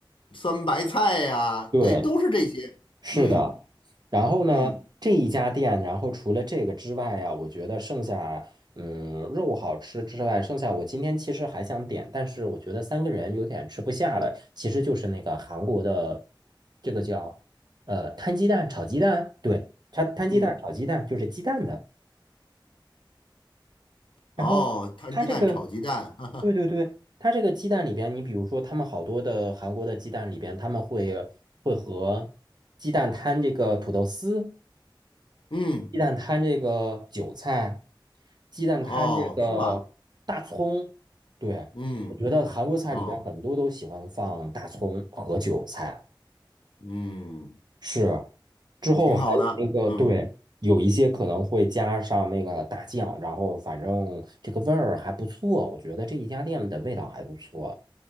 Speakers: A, on the left (about 80°); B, on the right (about 55°).
A: 酸白菜呀，
B: 对。
A: 对，都是这些。
B: 是的，
A: 嗯
B: 然后呢，
A: 嗯
B: 这一家店，然后除了这个之外啊，我觉得剩下，嗯，肉好吃之外，剩下我今天其实还想点，但是我觉得三个人有点吃不下了。其实就是那个韩国的，这个叫呃摊鸡蛋炒鸡蛋，对，摊摊鸡蛋炒鸡蛋就是鸡蛋的。
A: 嗯，哦，
B: 然后它这个，
A: 摊鸡蛋炒鸡蛋，<laughs>
B: 对对对，它这个鸡蛋里边，你比如说他们好多的韩国的鸡蛋里边，他们会会和鸡蛋摊这个土豆丝。
A: 嗯，
B: 鸡蛋摊这个韭菜，鸡蛋摊这个大葱。
A: 哦，是吧？
B: 对，
A: 嗯，
B: 我觉得韩国菜里边很多都喜欢放大葱和韭菜。
A: 哦，嗯，
B: 是，之后还有那个，
A: 挺好的，嗯。
B: 对，有一些可能会加上那个大酱，然后反正这个味儿还不错，我觉得这一家店的味道还不错。